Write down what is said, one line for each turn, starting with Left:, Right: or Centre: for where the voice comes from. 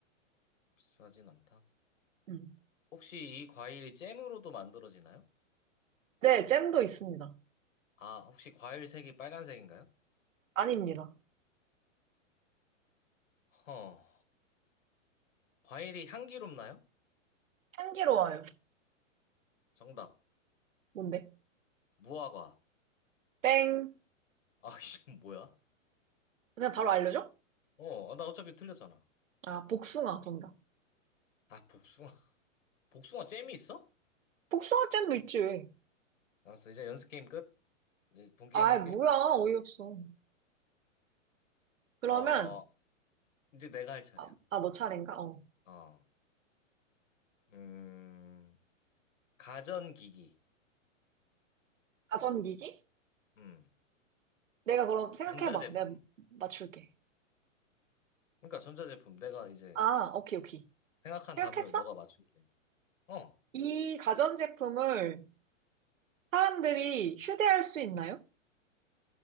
Left: 비싸진 않다.
Right: 음.
Left: 혹시 이 과일이 잼으로도 만들어지나요?
Right: 네, 잼도 있습니다.
Left: 아, 혹시 과일 색이 빨간색인가요?
Right: 아닙니다.
Left: 허, 과일이 향기롭나요?
Right: 향기로워요.
Left: 정답,
Right: 뭔데?
Left: 무화과.
Right: 땡.
Left: 아, <laughs> 이건 뭐야?
Right: 그냥 바로 알려줘?
Left: 어, 아, 나 어차피 틀렸잖아.
Right: 아, 복숭아 정답.
Left: 아, 복숭아. <laughs> 복숭아 잼이 있어?
Right: 복숭아잼도 있지,
Left: 알았어, 이제 연습 게임 끝. 이제 본 게임
Right: 아이,
Left: 할게.
Right: 뭐야, 어이없어. 그러면,
Left: 어, 이제 내가 할 차례야.
Right: 아, 아, 너 차례인가? 어.
Left: 어, 음, 가전기기.
Right: 가전기기?
Left: 음,
Right: 내가 그럼 생각해봐.
Left: 전자제품.
Right: 내가 맞출게.
Left: 그러니까 전자제품. 내가 이제
Right: 아, 오케이, 오케이.
Left: 생각한
Right: 생각했어?
Left: 답을 너가 맞추면 돼. 어,
Right: 이 가전제품을 사람들이 휴대할 수 있나요?